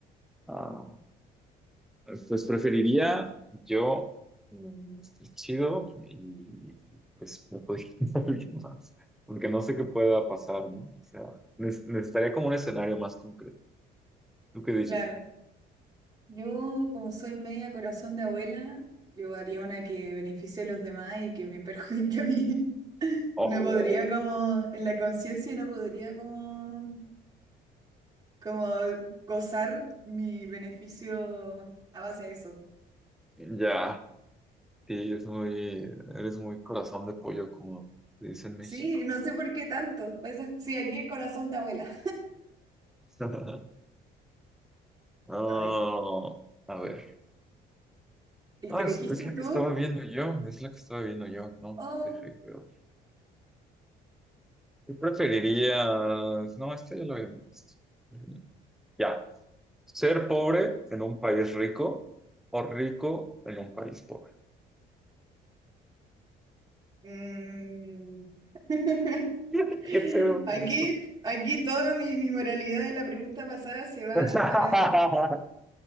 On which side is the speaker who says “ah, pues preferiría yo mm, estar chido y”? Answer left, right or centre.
Centre